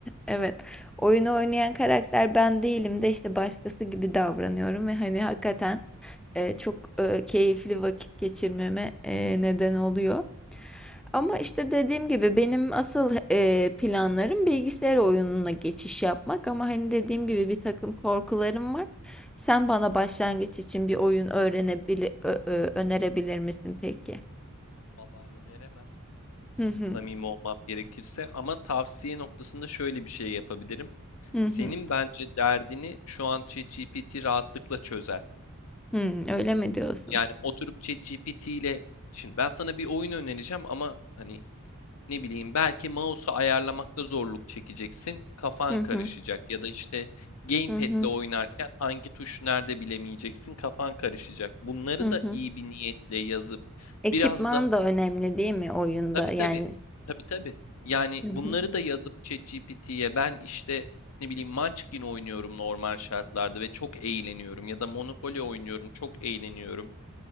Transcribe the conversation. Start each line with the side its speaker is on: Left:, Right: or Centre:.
Centre: Evet. Oyunu oynayan karakter ben değilim de işte başkası gibi davranıyorum ve hani hakikaten e, çok e, keyifli vakit geçirmeme e, neden oluyor. Ama işte dediğim gibi benim asıl e, planlarım bilgisayar oyununa geçiş yapmak ama hani dediğim gibi bir takım korkularım var. Sen bana başlangıç için bir oyun öğrenebilir önerebilir misin peki?
Left: Vallahi öneremem.
Centre: Hı hı.
Left: Samimi olmam gerekirse ama tavsiye noktasında şöyle bir şey yapabilirim.
Centre: Hı
Left: Senin
Centre: hı.
Left: bence derdini şu an ChatGPT rahatlıkla çözer.
Centre: Hı, öyle mi diyorsun?
Left: Yani oturup ChatGPT ile şimdi ben sana bir oyun önereceğim ama hani Ne bileyim belki mouse'u ayarlamakta zorluk çekeceksin. Kafan
Centre: Hı hı.
Left: karışacak ya da işte gamepad'le
Centre: Hı hı.
Left: oynarken hangi tuş nerede bilemeyeceksin. Kafan karışacak. Bunları
Centre: Hı hı.
Left: da iyi bir niyetle yazıp
Centre: Ekipman
Left: biraz da
Centre: da önemli değil mi oyunda?
Left: tabii
Centre: Yani
Left: tabii tabii tabii yani
Centre: Hı
Left: bunları
Centre: hı.
Left: da yazıp ChatGPT'ye ben işte ne bileyim Munchkin oynuyorum normal şartlarda ve çok eğleniyorum ya da Monopoly oynuyorum çok eğleniyorum.